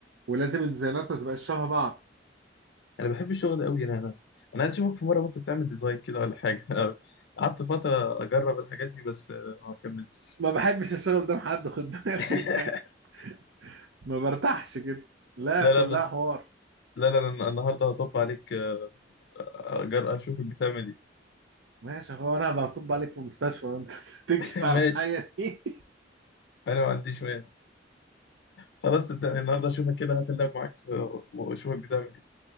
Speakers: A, on the right; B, on the left.
A: ولازم الديزاينات ما تبقاش شبه بعض
B: انا بحب الشغل ده قوي انا انا انا عايز اشوفك في مره وانت بتعمل ديزاين كده ولا حاجه <laughs> أنا قعدت فتره اجرب الحاجات دي بس آه، ما كملتش
A: ما بحبش الشغل ده مع حد خد بالك
B: <laughs>
A: <laughs> ما برتاحش كده لا
B: لا
A: كلها
B: لا بس
A: حوار
B: لا لا أنا النهارده هطب عليك آه، اجر اشوفك بتعمل ايه
A: ماشي هو انا بطب عليك في المستشفى انت <laughs> تكشف
B: <laughs>
A: على
B: ماشي
A: الحاجه دي
B: انا ما عنديش مانع خلاص صدقني
A: <laughs>
B: النهارده اشوفك كده هات اللاب معاك آه، واشوفك بتعمل ايه